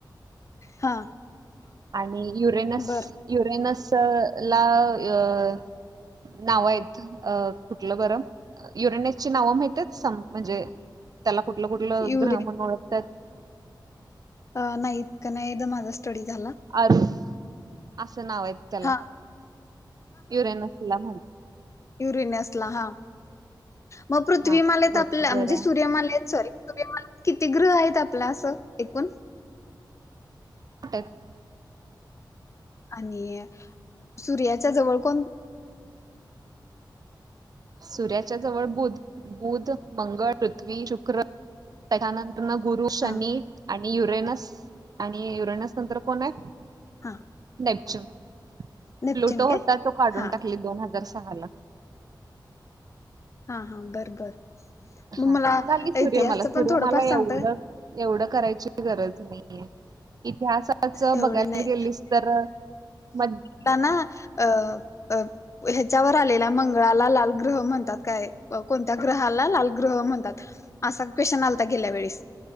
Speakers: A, on the left (about 40°); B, on the right (about 55°).
A: हा
B: आणि युरेनस
A: बर
B: युरेनस ला अ- - नाव आहेत अ कुठलं बरं युरेनसची नावं माहितीयत? म्हणजे त्याला कुठलं कुठलं
A: युरे
B: ग्रह म्हणून ओळखतात
A: अ नायी इतका कदा माझा स्टडी झाला
B: आरू असं नावयत त्याला,
A: हा
B: युरेनसला म्हणसला
A: युरिनेसला हा मग पृथ्वीमालेत
B: हा बरोबर
A: आपल्या म्हणजे सूर्यमालेत, सॉरी सुर्य मालेत किती ग्रहयत? आपलं असं एकूण?
B: े <unintelligible>
A: आणि सूर्याच्या जवळ कोण?
B: सूर्याच्या जवळ बुध, बुध, मंगळ, पृथ्वी, शुक्र त्याच्यानं गुरु, शनी,
A: हा
B: आणि युरेनस आणि युरेनस नंतर कोणय?
A: हा
B: नेपच्यून
A: नेपच्यून
B: प्लुटो
A: काय?
B: होता तो काढून
A: हा
B: टाकले, दोन हजार सहाला
A: हा, हा, बरं बरं मग
B: हा
A: मला
B: झाली सूर्यमाला
A: इतिहासच
B: सूर्यमाला
A: पण थोडंफार
B: एवढं
A: सांगता
B: एवढं करायची गरज नाहीये, इतिहास च
A: एवढे
B: बघायला
A: नाही
B: गेलीस तर, म
A: ताना अ अ ह्याच्यावर आलेला. मंगळाला लाल ग्रह म्हणतात काय कोणत्या ग्रहाला लाल ग्रह म्हणतात? असा क्वेशन आलता गेल्या वेळेस